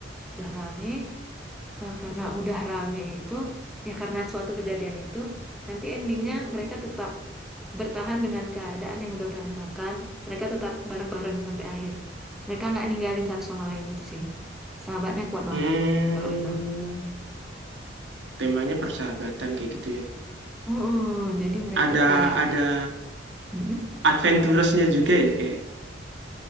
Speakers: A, in the centre; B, on the right (about 75°).
A: Udah rame, eh, karena udah rame itu ya karena suatu kejadian itu nanti endingnya mereka tetap bertahan dengan keadaan yang udah berantakan mereka tetap bareng-bareng sampai akhir mereka nggak ninggalin satu sama lain itu sih sahabatnya kuat banget
B: hmm
A: kalau itu
B: Temanya persahabatan kayak gitu ya.
A: Mm-mm, jadi mereka
B: Ada
A: kayak
B: ada
A: Mm-mm.
B: adventurous-nya juga ya kayak